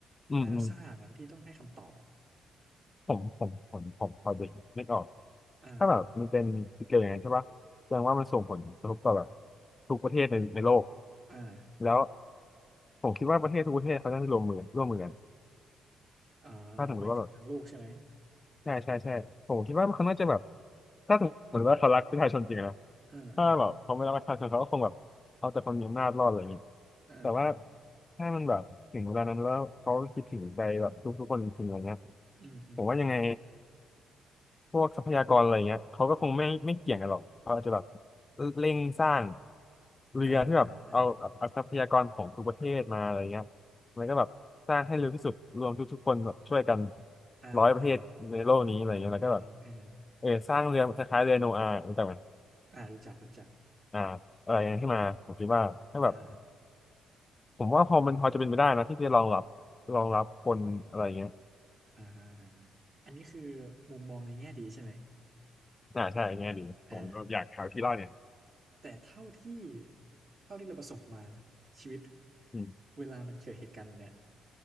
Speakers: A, on the left; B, on the right.
A: อืมอืม
B: นาซางั้นที่ต้องให้คำตอบอะ
A: ผมผมผมผมพอเด็กนึกออก
B: อ่าอ่า
A: ถ้าแบบมันเป็นสเกลอย่างนั้นใช่ปะแสดงว่ามันส่งผลกระทบต่อแบบทุกประเทศในในโลก
B: อ่า
A: แล้วผมคิดว่าประเทศทุกประเทศเขาน่าจะร่วมมือร่วมมือกัน
B: อ๋อ
A: ถ้าสมมติว่าแบบ
B: หมายถึงทั้งลูกใช่ไหม
A: ใช่ใช่ใช่ผมคิดว่าเขาน่าจะแบบถ้าสมมติว่าเขารักประชาชนจริงอะนะ
B: อ่าอ่า
A: ถ้าแบบเขาไม่รักประชาชนเขาก็คงแบบเอาแต่ความมีอำนาจรอดเลยนี่
B: อ่าอ่า
A: แต่ว่าถ้ามันแบบถึงเวลานั้นแล้วเขาคิดถึงใจแบบทุกๆคนจริงๆอะไรเงี้ย
B: อืมอืมอืม
A: ผมว่ายังไง พวกทรัพยากรอะไรเงี้ยเขาก็คงไม่ไม่เกี่ยงกันหรอกเขาอาจจะแบบเร่งสร้างเรือที่แบบเอาเอาทรัพยากรของทุกประเทศมาอะไรเงี้ย
B: อ่าอ่าอ่า
A: แล้วก็แบบสร้างให้เร็วที่สุดรวมทุกทุกคนแบบช่วยกัน
B: อ่าอ่า
A: ร้อยประเทศในโลกนี้อะไรเงี้ยแล้วก็แบบ
B: อือฮึอือฮึ
A: เออสร้างเรือคล้ายๆเรือโนอาห์รู้จักไหม
B: อ่ารู้จักรู้จัก
A: อ่าอะไรเงี้ยขึ้นมาผมคิดว่าถ้าแบบ
B: อ่า
A: ผมว่าพอมันพอจะเป็นไปได้นะที่จะรองรับรองรับคนอะไรเงี้ย
B: อ่าฮะอ่าฮะอันนี้คือมุมมองในแง่ดีใช่ไหม
A: อ่าใช่เงี้ยดีผมก็อยากหาวที่รอดเนี่ย
B: อ่าแต่เท่าที่เท่าที่เราประสบมานะชีวิต
A: อืม
B: เวลามันเกิดเหตุการณ์แบบเนี้ย